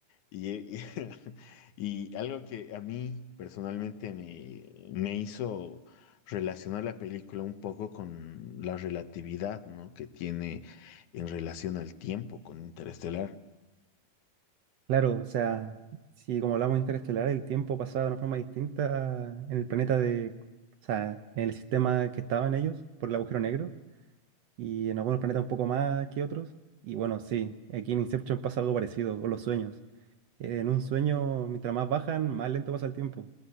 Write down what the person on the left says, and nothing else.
Y, y- <laughs> y algo que a mí personalmente me, me hizo relacionar la película un poco con la relatividad, ¿no? que tiene en relación al tiempo con Interestelar.